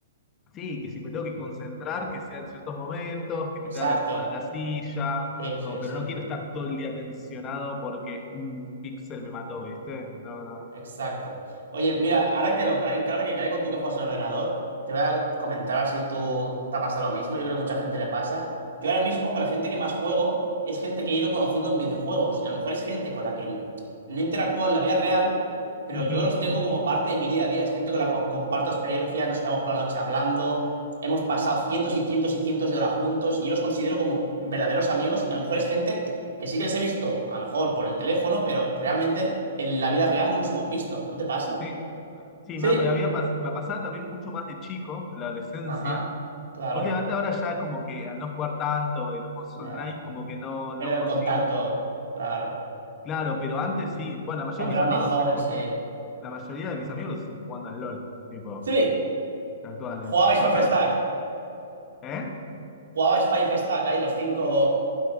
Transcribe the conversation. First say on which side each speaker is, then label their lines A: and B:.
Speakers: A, on the left; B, on the right.
A: Sí, que si me tengo que concentrar, que sea en ciertos momentos, que me
B: Exacto.
A: tenga que acomodar en la silla,
B: Sí, sí,
A: como, pero
B: sí.
A: no quiero estar todo el día tensionado porque un píxel me mató, ¿viste? No, no.
B: Exacto. Oye, mira, ahora que lo cai- ahora que caigo, tú que juegas en ordenador, te voy a comentar a ver si tú te pasa lo mismo. Yo creo que mucha gente le pasa. Yo ahora mismo, con la gente que más juego, es gente que he ido conociendo en videojuegos. Y a lo mejor es gente con la que no interactúo en la vida real, pero
A: Ujú.
B: yo los tengo como parte de mi día a día. Es gente con la que comparto experiencias, nos quedamos por la noche hablando, hemos pasado cientos y cientos y cientos de horas juntos y yo los considero como verdaderos amigos. Y a lo mejor es gente que sí que les he visto, a lo mejor por el teléfono, pero realmente en la vida real no nos hemos visto. ¿Tú te pasa?
A: Sí, sí,
B: Sí.
A: me, me había pas- me pasaba también mucho más de chico, en la adolescencia.
B: Ajá. Claro.
A: Últimamente ahora ya como que al no jugar tanto de los juegos
B: Ya.
A: online, como que no, no
B: Pierde
A: consigo.
B: el contacto.
A: entonces.
B: Claro.
A: Claro, pero antes sí, bueno, la mayoría
B: Cuando
A: de mis
B: era
A: amigos
B: más joven,
A: es por,
B: sí.
A: la mayoría de mis amigos los estoy jugando al LOL, tipo,
B: Sí.
A: actuales,
B: Jugabais
A: total.
B: Five Stack.
A: ¿Eh?
B: Jugabais Five Stack ahí los cinco